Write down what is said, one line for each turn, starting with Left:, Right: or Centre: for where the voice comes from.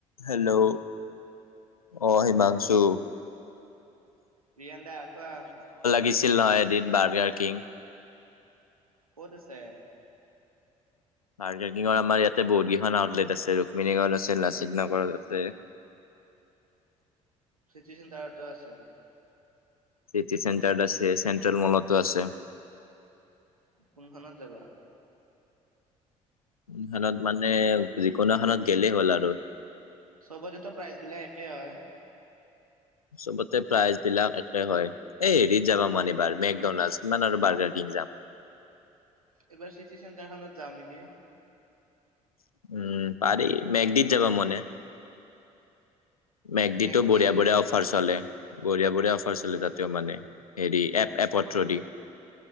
Left: Hello অ হিমাংশু
Right: প্ৰিয়ন দা কোৱা
Left: গিছিল নহয় এদিন বাৰ্গাৰ কিং
Right: ক'ত আছে
Left: <unintelligible> আমাৰ ইয়াতে বহুত কেইখন আউটলেট আছে ৰুক্মণীগ়ত আছে লাচিত নগৰত আছে <inaudible>
Right: চিতুৱেন তাৰ এটা আছে
Left: চিটি চেণ্টাৰ আছে চেণ্ট্ৰেল মলতো আছে
Right: কোনখনানত যাবা।
Left: ইহতত মানে যিকোনো এখনত গেলেই হ'ল আৰু
Right: চবতেতো প্ৰাইজবিলাক একেই হয়।
Left: চবতে প্ৰাইজ বিলাক একে হয় এই হেৰিত যাবা মান এইবাৰ মেকডনাল্ড কিমান আৰু বাৰ্গাৰ কিং জাম
Right: এইবাৰ চিটি চেণ্টাৰখনত যাওঁ নেকি
Left: উম পাৰি মেঘদপ যাবা মনে মেগডিতো
Right: মেগদি
Left: বঢ়িয়া বঢ়িয়া অফাৰ চলে বঢ়িয়া বঢ়িয়া অফাৰ চলে তাতেও মানে হেৰি এপ এপৰ থ্ৰদি